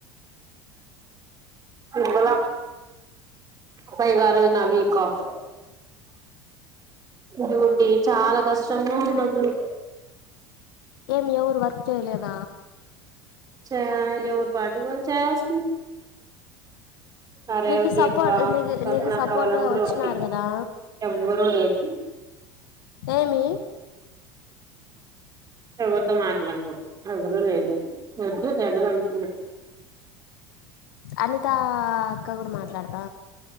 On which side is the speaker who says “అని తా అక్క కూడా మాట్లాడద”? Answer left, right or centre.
Left